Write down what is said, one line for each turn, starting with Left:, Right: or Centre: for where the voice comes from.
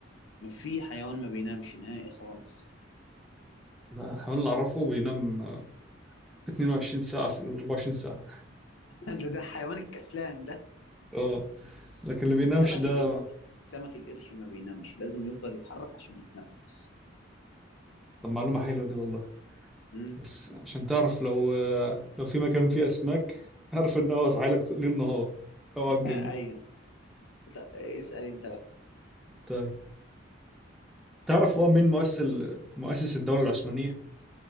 Left: ما في حيوان ما بينامش نهائي خالص
Centre: ده حيوان اللي أعرفه بينام آه، 22 ساعة في ال 24 ساعة
Left: <laughs> ده ده حيوان الكسلان ده
Centre: اه لكن اللي بينامش
Left: سمك
Centre: ده
Left: القرش سمك القرش ما بينامش لازم يفضل يتحرك عشان يتنفس
Centre: طب معلومة حلوة دي والله
Left: مم.
Centre: بس عشان تعرف لو آه، لو في مكان فيه أسماك عارف إن هو صاحي لك ليل نهار أوعى
Left: <laughs>
Centre: تجمد
Left: ايوه طب اسأل انت بقى
Centre: طيب تعرف هو مين مؤسس ال- مؤسس الدولة العثمانية؟